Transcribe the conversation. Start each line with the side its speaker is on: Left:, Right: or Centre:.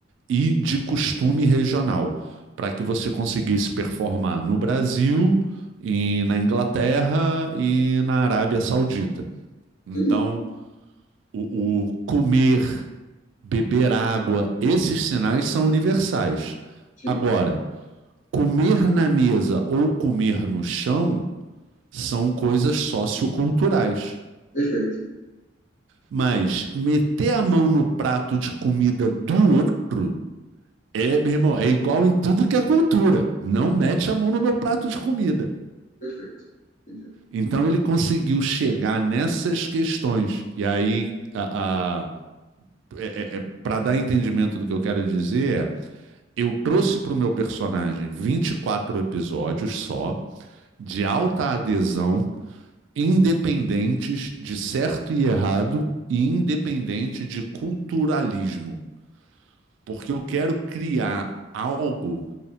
Right: e de costume regional, para que você conseguisse performar no Brasil, e na Inglaterra e na Arábia Saudita. Então,
Left: Entendi.
Right: o, o comer, beber água, esses sinais são universais.
Left: Sim,
Right: Agora, comer na mesa ou comer no chão são coisas socioculturais.
Left: perfeito,
Right: Mas meter a mão no prato de comida do outro é, meu irmão, é igual em tudo que é cultura. Não mete a mão no meu prato de comida.
Left: perfeito. Entendi.
Right: Então ele conseguiu chegar nessas questões. E aí, a, a- é, é, para dar entendimento do que eu quero dizer, é, eu trouxe para o meu personagem 24 episódios só, de alta adesão, independentes de certo e errado e independente de culturalismo. Porque eu quero criar algo